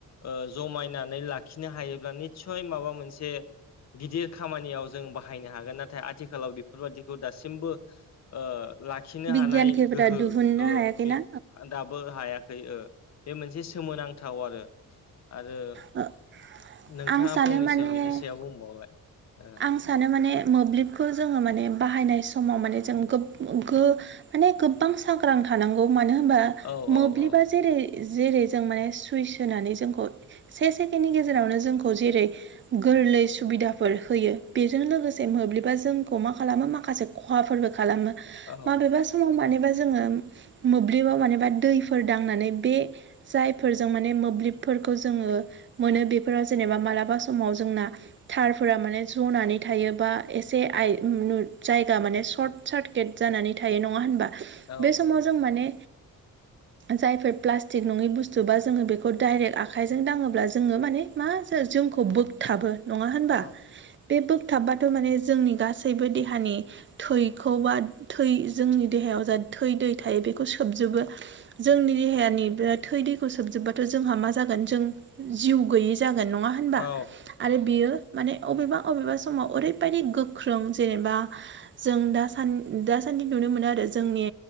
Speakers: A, on the left; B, on the right.
A: ओ जमायनानै लाखिनो हायोब्ला निस्सय माबा मोनसे गिदिर खामानियाव जों बाहायनो हागोन। नाथाय आथिखालाव बेफोरबादिखौ दासिमबो ओ लाखिनो
B: बिगियानखिफोरा
A: हानाय गोहो
B: दिहुननो
A: ओ
B: हायाखैना
A: बे आन्दा दाबो हायाखै ओ बे मोनसे सोमोनांथाव आरो आरो
B: औ
A: नोंथाङा
B: आं सानो
A: फंनैसो
B: माने
A: बिनि सायाव बुंबावलाय ओ
B: आं सानो माने मोब्लिबखौ जोङो माने बाहायनाय समाव माने जों गोब गो माने गोबबां सांग्रां थानांगौ मानो होनबा
A: ओ
B: मोब्लिबा
A: औ औ
B: जेरै जेरै जों माने सुइस होनानै जोंखौ से सेकेण्डनि गेजेरावनो जोंखौ जेरै गोरलै सुबिदाफोर होयो बेजों लोगोसे मोब्लिबा जोंखौ मा खालामो माखासे खहाफोरबो खालामो।
A: औ औ
B: माबेबा समाव मानेबा जोङो मोब्लिबाव मानेबा दैफोर दांनानै बे जायफोरजों माने मोब्लिबफोरखौ जोङो मोनो बेफोराव जेनेबा मालाबा समाव जोंना थारफोरा माने ज'नानै थायो बा एसे आइ नु जायगा माने सर्ट सार्किट जानानै थायो नङा होनबा?
A: औ
B: बे
A: नंगौ
B: समाव जों माने जायफोर प्लास्टिक नङै बुस्थु बा जोङो बेखौ डाइरेक्ट आखाइजों दाङोब्ला जोङो माने मा जो-जोंखौ बोगथाबो नङा होनबा?
A: औ
B: बे बोगथाबाथ' माने जोंनि गासैबो देहानि थैखौ बा थै जोंनि देहायाव जा थै दै थायो बेखौ सोबजोबो। जोंनि देहायानि बिराद थै दैखौ सोबजोब्बाथ' जोंहा मा जागोन जों जिउ गैयि जागोन नङा होनबा
A: औ
B: आरो बियो माने अबेबा अबेबा समाव ओरैबायदि गोख्रों जेनेबा जों दासान दासान्दि नुनो मोनो आरो जोंनि